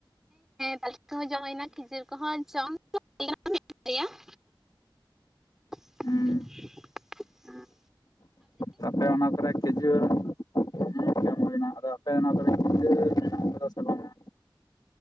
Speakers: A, in the centre; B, on the left (about 50°).
A: ᱛᱟᱞᱮ ᱠᱚᱦᱚᱸ ᱡᱚᱢ ᱦᱩᱭᱱᱟ ᱠᱷᱤᱡᱩᱨ ᱠᱚᱦᱚᱸ ᱡᱚᱢ ᱦᱩᱭᱮᱱᱟ ᱢᱤᱫ ᱵᱟᱨᱟᱭᱟ ᱾ ᱦᱮᱸ
B: ᱦᱩᱸ
A: <unintelligible>
B: ᱛᱟᱯᱮ ᱚᱱᱟ ᱠᱚᱨᱮ ᱠᱷᱮᱡᱩᱨ ᱦᱩᱸᱼᱼ ᱡᱚᱢ ᱦᱩᱭ ᱱᱟ ᱟᱫᱚ ᱟᱯᱮ ᱚᱱᱟ ᱠᱚᱨᱮᱜ ᱠᱤᱛᱟᱹ ᱢᱮᱱᱟᱜ ᱠᱟᱫᱟ ᱥᱮ ᱵᱟᱝᱟ?